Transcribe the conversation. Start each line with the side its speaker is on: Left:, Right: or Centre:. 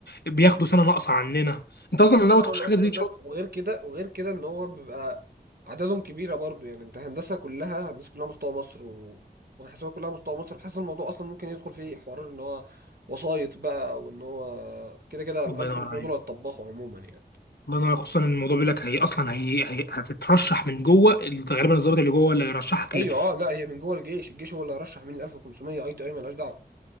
Left: بياخدوا سنه ناقصه عننا انت اصلا
Right: جايب
Left: ناوي
Right: سنة
Left: تخش
Right: ناقص
Left: حاجه زي
Right: عندك
Left: دي ان شاء الله
Right: وغير كده وغير كده ان هو بيبقى عددهم كبيرة برضو يعني انت هندسة كلها هندسة كلها مستوى مصر و... وحاسبات كلها مستوى مصر بحس الموضوع اصلا ممكن يدخل فيه حوار ان هو وسايط بقى وان هو كده كده ال
Left: الله
Right: 1500
Left: ينور عليك
Right: دول هيتطبخوا عموما يعني
Left: الله ينور عليك. خصوصا ان الموضوع بيقول لك هي اصلا هي, هي هتترشح من جوه غالبا الضابط اللي جوه اللي هيرشحك
Right: ايوه
Left: لل...
Right: اه لا هي من جوه الجيش الجيش هو اللي هيرشح مين ال 1500 اي تي اي مالهاش دعوة